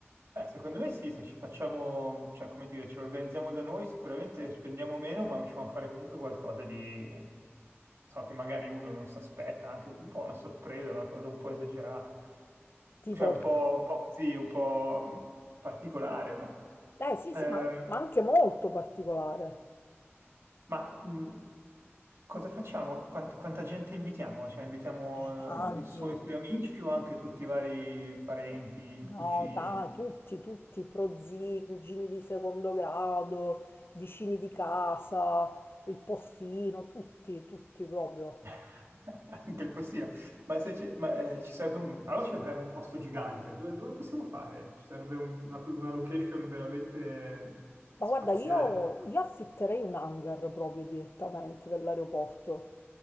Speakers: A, on the right (about 70°); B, on the left (about 55°).
A: eh, secondo me sì, se ci facciamo, cioè, come dire, ce lo organizziamo da noi, sicuramente spendiamo meno, ma riusciamo a fare comunque qualcosa di, so che magari uno non si aspetta, anche un po' una sorpresa, una cosa un po' esagerata,
B: Tipo,
A: cioè un po', un po' così, un po' mh, particolare. Ma...
B: eh sì sì,
A: Eh,
B: ma, ma anche molto particolare.
A: Ma mh, cosa facciamo? Quant- quanta gente invitiamo? Cioè, invitiamo
B: Eh, tanti,
A: eh, i suoi, i suoi amici o anche tutti i vari parenti,
B: no,
A: cugini?
B: ta- tutti, tutti, prozii, cugini di secondo grado, vicini di casa, il postino, tutti, tutti proprio.
A: <laughs> Anche il postino. Ma, se ci, ma, eh, ci serve un... Allora ci serve un posto gigante. Dove, dove lo possiamo fare? Ci serve un- una, una location veramente
B: Ma
A: spaziale.
B: guarda, io, io affitterei un hangar proprio direttamente dell'aeroporto.